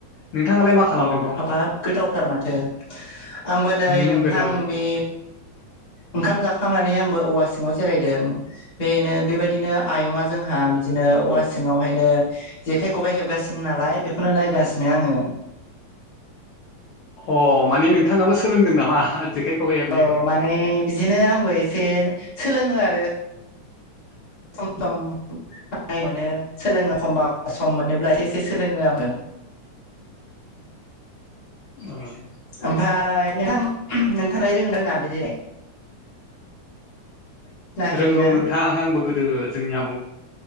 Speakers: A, on the left (about 80°); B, on the left (about 25°).
A: नोंथाङालाय मा खालामदों
B: अ
A: दा
B: हाबाब गोथावथार माथो आंबो नै
A: उम
B: नोंथां
A: गोथां
B: बे ओंखाम जाखांनानै आंबो औवा सिङाव जिरायदों। बेनो बेबायदिनो आयंआ जोंहा बिदिनो औवा सिङाव हायनो जेखाइ खबाइ हेबगासिनो नालाय बेखौनो नायगासिनो आङो।
A: अ माने नोंथाङाबो सोंलोंदों नामा जेखाय खबाइ हेब
B: औ माने बिदिनो आंबो एसे सोलोङो आरो। सम सम बानाय मोनो सोलोङो एखमबा एखमब्ला सम मोनोब्ला एसे एसे सोलोङो आङो।
A: औ
B: ओमफ्राय नोंथां नोंथांआलाय रोङोना रोङा बेदिलाय? हेबनो
A: रोंगौ नोंथां आंबो गोदो जोंनि आबौ